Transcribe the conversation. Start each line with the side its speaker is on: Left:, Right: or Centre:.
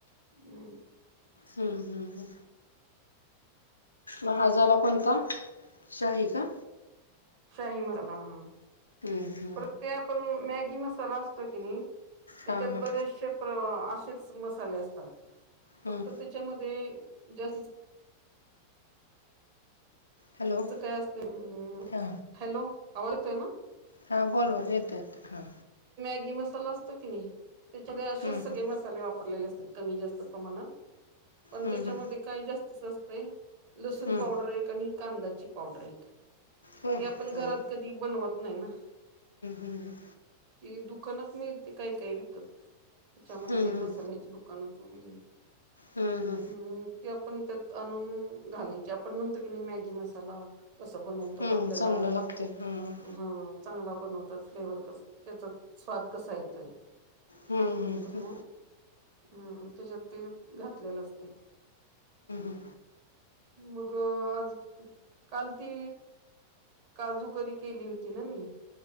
Right: हम्म.
Left: हम्म हम्म हम्म. म हा झाला कोणता शाही का?
Right: शाहि मसाला हा.
Left: हम् हम.
Right: परत ते आपण मॅगी मसाला असतो, की नाही त्याच्यात
Left: हा हा.
Right: बरेचसे प्रवा अस तेचं मसाले असतात
Left: हम्म.
Right: फक्त तेच्यामध्ये जास्तीच
Left: हॅलो.
Right: त काय असतय म,
Left: हा
Right: हॅलो आवाज येतोय ना?
Left: हां बोल बोल येतयं हां
Right: ही मसाला असतो की नाही त्याच्यामधे असेच
Left: हम्म
Right: सगळे
Left: हम्म
Right: मसाले वापरलेले अस कमी जास्त प्रमाणात पण
Left: हम्म
Right: त्याच्यामध्ये
Left: हम्म.
Right: काय जास्तीच असतयं लसूण
Left: हम्म
Right: पावडर एक आणि कांदाची पावडर एक
Left: व्हय
Right: आपण घरात
Left: हा
Right: कधी ती बनवत नाही ना
Left: ह
Right: ते दुकानात मिळती काय काय विकत त्याच्यामध्ये
Left: हम्म
Right: मसाल्याची दुकानच उरली
Left: हम्म हम
Right: हं ते आपण त्यात आणून घालायची आपण म्हणतो की नाही मॅगी मसाला कस बनवू त्यात
Left: हम्म
Right: आपल्याला
Left: चांगला लागतोय. हम्म
Right: हा चांगला बनवतात फ्लेवर कस त्याचा स्वाद कसा येतोय.
Left: हम्म हम्म
Right: तर
Left: हम्म
Right: मग हम् त्याच्यात ते घातलेलं असतय.
Left: ह
Right: मग आज काल ती काजूकरी केली होती ना मी